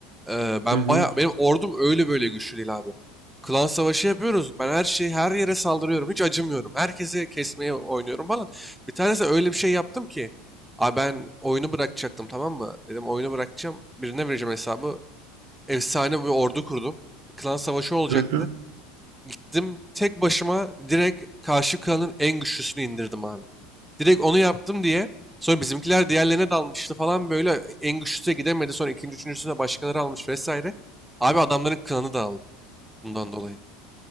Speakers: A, in the centre; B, on the right.
A: Ee, ben
B: hı hı.
A: baya benim ordum öyle böyle güçlü değil abi. Klan savaşı yapıyoruz. Ben her şeyi her yere saldırıyorum. Hiç acımıyorum. Herkesi kesmeye oynuyorum falan. Bir tanesi öyle bir şey yaptım ki. Abi ben oyunu bırakacaktım tamam mı? Dedim oyunu bırakacağım. Birine vereceğim hesabı. Efsane bir ordu kurdum. Klan savaşı olacaktı.
B: hı hı.
A: Gittim tek başıma direkt karşı kralın en güçlüsünü indirdim abi. Direkt onu yaptım diye sonra bizimkiler diğerlerine dalmıştı falan böyle en güçlüsüne gidemedi. Sonra ikinci üçüncüsüne başkaları almış vesaire. Abi adamların klanı dağıldı bundan dolayı.